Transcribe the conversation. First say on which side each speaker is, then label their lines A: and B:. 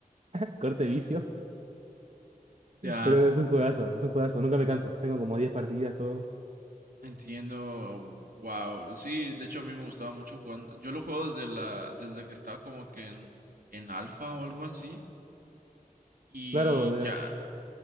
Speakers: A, on the right (about 50°); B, on the right (about 75°).
A: <laughs> Corte vicio.
B: Ya.
A: Pero es un juegazo, es un juegazo. Nunca me canso. Tengo como 10 partidas, todo.
B: Entiendo, wow. Sí, de hecho a mí me gustaba mucho jugando. Yo lo juego desde la, desde que estaba como que en, en alfa o algo así. Y
A: Claro, de...
B: ya,